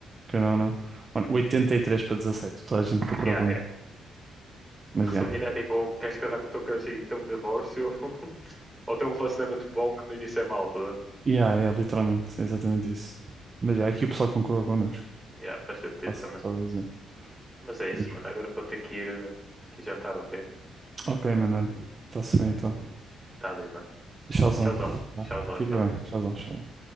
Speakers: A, on the right (about 35°); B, in the centre.
A: que não, não. Mano, 83 para 17. toda a gente concordou
B: Yeah,
A: connosco. Mas
B: Resumindo,
A: já. Yeah.
B: é tipo, queres casar com o teu crush e ter um divórcio <laughs> ou ter um relacionamento bom que no início é mau, tá?
A: Yeah, yeah, literalmente, é exatamente isso. Mas já, yeah, aqui o pessoal concordou connosco.
B: Yeah, faz sentido
A: Faço
B: também.
A: o que estava a dizer.
B: Mas é isso,
A: Mas,
B: mano. Agora eu vou ter que ir, eh, ter que ir jantar, ok?
A: Ok, mano, olha, está-se bem então.
B: Tá bem, mano.
A: Tchauzão.
B: Tchauzão, tchauzão,
A: Vá, Fica
B: tchauzão.
A: bem,
B: tchauzão.
A: tchauzão, tchauzão.